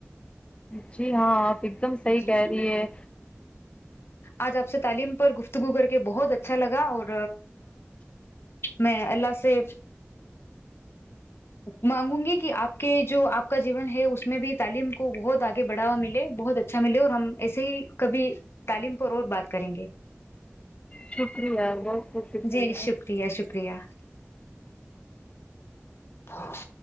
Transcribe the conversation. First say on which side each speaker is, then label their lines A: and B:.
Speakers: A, on the left; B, on the left.
A: جی ہاں آپ ایک دم صحی
B: جی
A: کہہ رہی ہے
B: آج آپ سے تعلیم گفتگو کر کے بہت اچھا لگا اور میں اللہ سے مانگوں گی کہ آپ کے جو آپ کا جیون ہے اس میں بھی تعلیم کو بہت آگے بڑھوا ملے بہت اچا اچھا ملے اور ہم ایسے ہی کبھی تعلیم پر اور بات کریں گے
A: شکریہ بہت بہت شکریہ
B: جی شکریہ ہاں